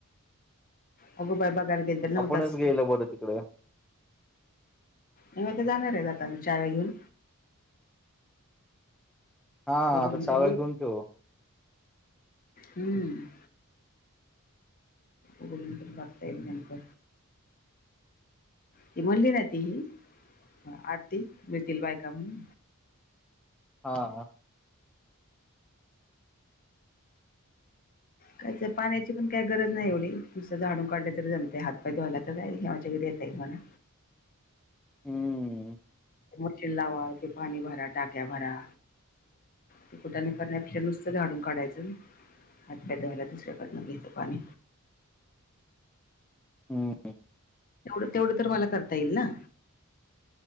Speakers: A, on the left; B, in the centre.
A: अगो बाय बघायला गेल. एना
B: आपणच
A: उ कास.
B: गेलं बरं तिकडं
A: म आता जाणार आहे आता म चाव्या घेऊन.
B: हा
A: उघडून
B: आता चाव्या
A: तरी येऊ
B: घेऊन ठेव.
A: हम्म उघडनंत बघतायईल गनप. ती म्हणली ना त ही आरती मिळतील बायका म्हणून.
B: हा हा.
A: कायच पाण्याची पण काय गरज नाही एवढी दुसरं झाडू काढलं तरी जमते हात पाय धुवायला तर काय हे्यावाच्या घरी येत आहे मणा.
B: हम्म.
A: मशीन लावा ते पाणी भरा टाक्या भरा. ते कुटाने करण्यापेक्षा नुसतं झाडून काढायचं नाय. हातद व्हायला दुसऱ्याकडं घेत पाणी.
B: ह हंम
A: तेवढ तेवढं तर मला करता येईल ना.